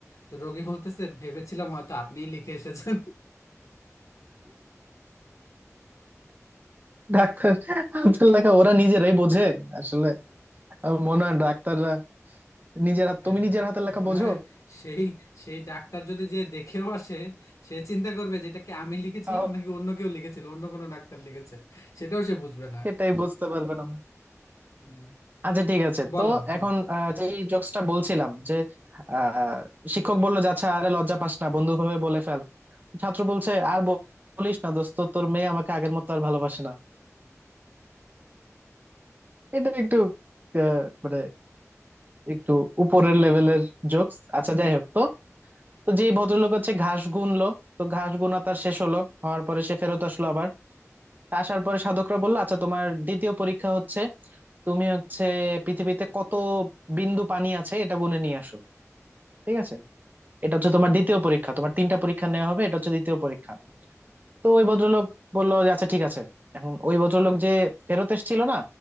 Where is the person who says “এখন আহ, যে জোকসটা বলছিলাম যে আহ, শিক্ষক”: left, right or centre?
Right